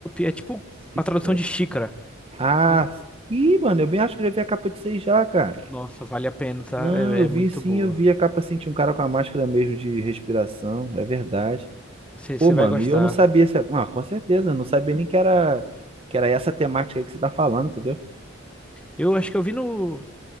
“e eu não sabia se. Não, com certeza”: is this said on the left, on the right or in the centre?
Right